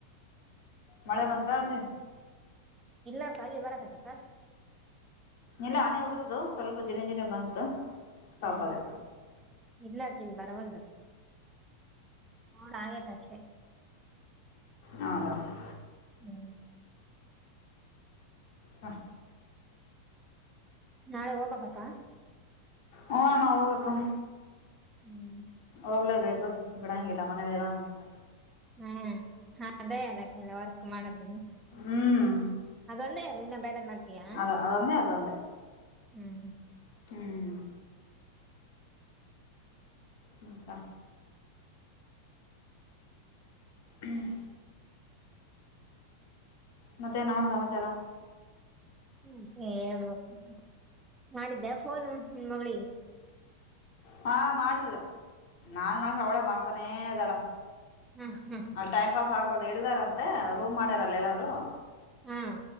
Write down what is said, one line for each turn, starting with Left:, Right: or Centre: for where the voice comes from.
Left: ಮಳೆ ಬಂತ ಅಲ್ಲಿ.
Right: ಇಲ್ಲ ಖಾಲಿ ಬರಕತತ್ತ.
Left: ಇಲ್ಲ ಹನೆ ಉದ್ರದು ಸ್ವಲ್ಪ ಜನ ಜಿನೇ ಬಂತು. ಸ್ಟಾಪ್
Right: ಹ್ಮ್
Left: ಆಗೈತೆ
Right: ಇರ್ಲಾಕಿಲ್ ಬರವಲ್ದು. ನೋಡ ಆೇತ ಅಷ್ಟೇ.
Left: ಹೌದ ಹೌದು.
Right: ಹ್ಮ್.
Left: ಹಾ.
Right: ನಾಳೆ ಹೋಗ್ಬಕ್ಕ.
Left: ಹ್ನಮ್ಮ ಹೋಗ್ಬೇಕು.
Right: ಹ್ಮ್.
Left: ಹೋಗ್ಲೇಬೇಕು ಬಿಡಂಗಿಲ್ಲ ಮನೇಲಿ ಇರಂಗಿಲ್ಲ.
Right: ಹ್ಮ್ ಹ ಅದೇ ಅದಕ್ಕೆಲ್ಲ ವರ್ಕ್ ಮಾಡದಿಲ್ಲ.
Left: ಹ್ಮ್
Right: ಅದೊಂದೇ ಅಲ್ಲ ಇನ್ನ ಬೇಡದ್ ಮಾಡ್ತೀಯಾ
Left: ಅದ ಅದೊಂದೇ ಅದೊಂದೇ
Right: ಹ್ಮ್.
Left: ಹ್ಮ್. ಹಂತ. ಹ್ಮ್. ಮತ್ತೆ ನಮ್ಮ ಸಮಾಚಾರ.
Right: ಹ ಹೇಳ್ಬೇಕ ಮಾಡಿದ್ದೆ ಫೋನು ನಿನ್ ಮಗಳಿ.
Left: ಹಾ ಮಾಡಿಲ್ಲ ನಾನ್ ಮಾಡಸ ಅವಳೇ ಮಾಡ್ತಾನೆ ಇದ ದಾಡ.
Right: ಹಾ ಹಾ.
Left: ಅ ಟೈಮ್ ಪಾಸ್ ಆಗ್ಬಾರ್ದದು ಇಳಿದಾರ ಅಂತೆ ರೂಮ್ ಮಾಡ್ಯಾರಲ್ಲ ಎಲ್ಲರೂ.
Right: ಹ್ಮ್